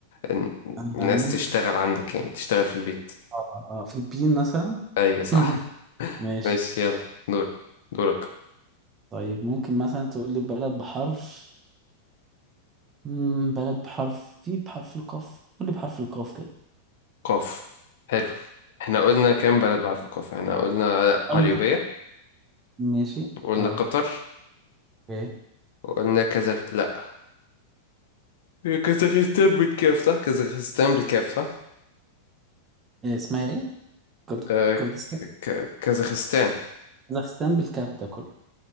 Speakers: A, on the left; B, on the right.
A: إن-
B: آه
A: الناس
B: ممكن
A: تشتغل عندك يعني تشتغل في البيت
B: اه اه فلبين مثلا
A: ايوه صح
B: <laughs>
A: <laughs>
B: ماشي
A: ماشي يلا دورك دورك
B: طيب ممكن مثلا تقول لي بلد بحرف مم بلد بحرف في بحرف القاف قول لي بحرف القاف كده
A: قاف حلو احنا قلنا كام بلد بعرف القاف احنا قلنا قليوبية
B: ألم- ماشي
A: وقلنا
B: اه
A: قطر
B: اوكي
A: وقلنا كازاخ لا هي كازاخستان بالكاف صح كازاخستان بالكاف صح
B: إيه اسمها ايه كرد...
A: آه
B: كردستان
A: ك... ك... كازاخستان
B: كازاخستان بالكاف ده كله